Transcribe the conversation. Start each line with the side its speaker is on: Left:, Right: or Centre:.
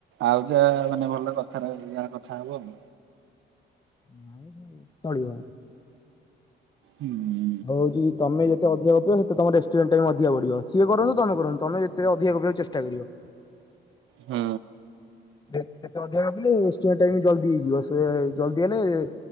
Right: ଆଉ ଯାହା ମାନେ ଭଲ କଥ ଯାହା କଥା ହବ ଆଉ।
Left: <unintelligible> ଆଉ।
Right: ହୁଁ।
Left: ହଉଛି ତମେ ଯେତେ ଅଧିକା ଗପିବ ସେତେ ତମ ରେଷ୍ଟୁଣ୍ଟ ଟା ବି ଅଧିକବଡିବ ସିଏ କରନ୍ତୁ ତମେ କରନ୍ତୁ ତମେ ଟିକେ ଅଧିକା ଗପିବାକୁ ଚେଷ୍ଟା କରିବ।
Right: ହୁଁ।
Left: ଅଧିକା ଗପିଲୁ <unintelligible> ହେଇଯିବ ସେ ଜଲଦି ହେଲେ